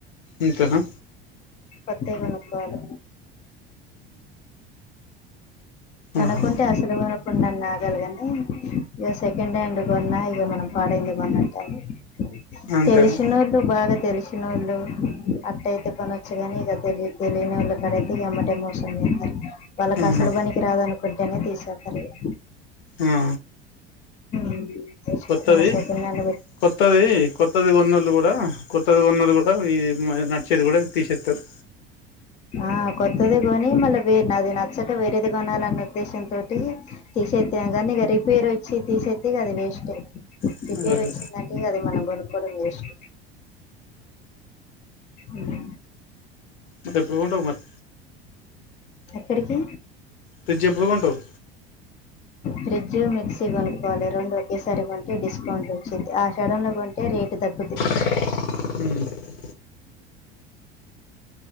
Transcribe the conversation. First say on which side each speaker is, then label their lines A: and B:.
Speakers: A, on the left; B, on the left.
A: ఇంతేనా
B: కొత్తవి కొనుక్కోవాలి కొనకుంటే
A: ఆహా
B: అసలే కొనకు కుండన్ ఆగాలి గాని, ఇక సెకండ్ హ్యాండ్ కొన్నా ఇక మనం పాడైంది కొన్నట్టే. <inaudible>
A: అంతేనా
B: తెలిసినోళ్ళు బాగా తెలిసినోళ్ళు, అట్టయితే కొనొచ్చుగానీ ఇక తెలిదు తెలీనొల్లకాడతే ఇగ ఎమ్మటే మోసం చేస్తరు. వాళ్ళకు
A: ఆహా
B: అసలు పని కి రాదనుకుంటేనే తీసెత్తారు ఇగ.
A: ఆ
B: మ్
A: కొత్తది
B: మొన్న సెకండ్ హ్యాండ్
A: కొత్తది కొత్తది కొన్నోళ్లు కూడా, కొత్తది కొన్నోళ్లు కూడా, ఈ నడిచేది కూడ తీసేస్తారు.
B: ఆ కొత్తది కొనీ మళ్ళ వేరు నాది నా నచ్చక వేరేది కొనాలన్న ఉద్దేశం తోటి, తీసేత్తే ఏమో కానీ ఇక రిపేర్ ఒచ్ చ్చి తీసేస్తే ఇగ అది వేస్టే.
A: మరి
B: రిపేర్ వచ్చిందంటే, ఇగ అది మనం కొనుక్కోవడం వేస్ట్. హ్మ్
A: మరి ఎప్పుడు కొంటావు మరి?
B: ఎక్కడికి
A: ఫ్రిడ్జ్ ఎప్పుడు కొంటావ్?
B: ఫ్రిడ్జ్, మిక్సీ కొనుక్కోవాలి రెండు ఒకేసారి కొంటే డిస్కౌంట్ వచ్చిద్ది. ఆషాఢం లో కొంటే రేటు తగ్గుద్ది.
A: మ్